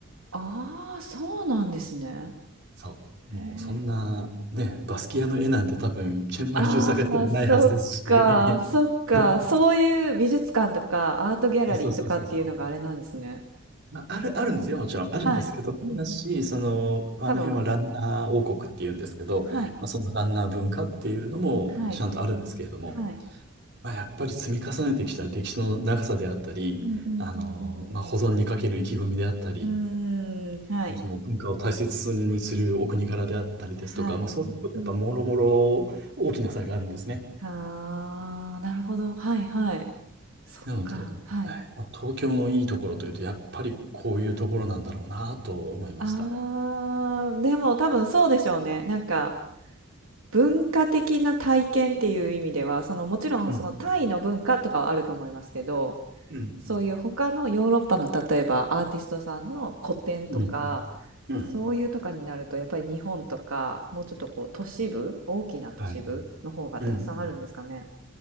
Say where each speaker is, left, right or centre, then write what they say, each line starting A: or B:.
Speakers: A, on the right; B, on the right.
A: ああ、そうなんですね。
B: そう。もうそんな、
A: へえ。
B: ね、バスキアの絵なんて多分、チェンマイ中探してもないはずですし。
A: ああ、そっか、そっか。
B: <laughs>
A: そういう美術館とかアートギャラリーとかっていうのがあれなんですね。
B: そうそうそうそうそう。まあ、ある、あるんですよ、もちろん。あるんですけど、
A: はい。うんうん。
B: あれだし、その、まああの辺はランナー王国っていうんですけど、
A: 多分、はい、
B: まあ、そのランナー文化っていうのもちゃんとあるんですけれども、
A: はい、はい。
B: まあ、やっぱり積み重ねてきた歴史の長さであったり、
A: うんうんうんうんうん。
B: あの、まあ、保存にかける意気込みであったり、
A: うーん、はい、
B: もうその文化を大切にするお国柄であったりですとか、
A: はい。
B: まあ、そういうことやっぱもろもろ大きな差があるんですね。
A: うんうん。ああ、なるほど。はいはい。そっか、
B: なので、
A: はい。
B: はいまあ、東京のいいところというと、やっぱりこういうところなんだろうなと思いました。
A: ああ、でも多分そうでしょうね。なんか文化的な体験っていう意味では、そのもちろんそのタイの文化とかはあると思いますけど、
B: うん、うん、
A: そういう他のヨーロッパの例えばアーティストさんの古典とか、
B: うん。うん、
A: そういうとかになるとやっぱり日本とかもうちょっとこう都市部、大きな都市部の方がたくさんあるんですかね。
B: はい。うん。